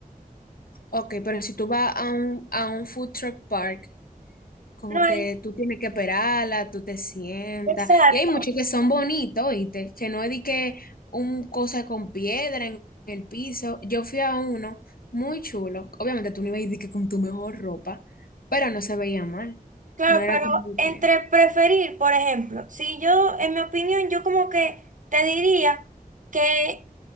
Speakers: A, on the left (about 80°); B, on the right (about 60°).
A: Ok, pero si tú vas a un, a un food truck park, Como
B: No hay,
A: que tú tienes que esperarla, tú te sientas.
B: exacto.
A: Y hay muchos que son bonitos, ¿oíste? Que no es de que un cosa con piedra en el piso. Yo fui a uno muy chulo. Obviamente tú no ibas a ir de que con tu mejor ropa, pero no se veía mal.
B: Claro,
A: No era
B: pero
A: como
B: entre
A: que...
B: preferir, por ejemplo, si yo, en mi opinión, yo como que te diría que